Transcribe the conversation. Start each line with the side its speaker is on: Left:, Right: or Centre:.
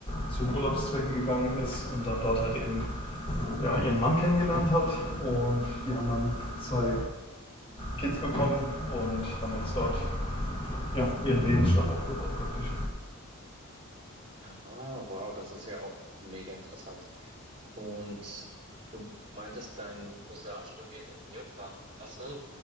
Left: zu Urlaubszwecken gegangen ist und dann dort halt eben ja, ihren Mann kennengelernt hat. Und die haben dann zwei Kids bekommen und haben jetzt dort ja, ihren Lebensstand aufgebaut praktisch.
Right: Ah, wow, das ist ja auch mega interessant. Und du meintest, dein Cousin studiert in Newcastle.